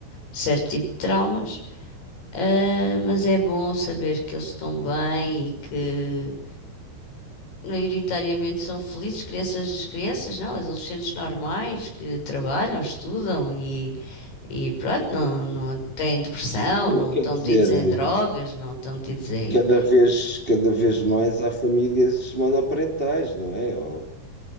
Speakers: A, on the left (about 65°); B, on the right (about 15°).
A: certo tipo de traumas, ah, mas é bom saber que eles estão bem e que maioritariamente são felizes, crianças, crianças não, adolescentes normais que trabalham, estudam e, e pronto, não, não têm depressão,
B: Não
A: não
B: quer
A: estão
B: dizer.
A: metidos em
B: eh,
A: drogas, não estão metidos em...
B: Cada vez, cada vez mais há famílias monoparentais, não é? Ou,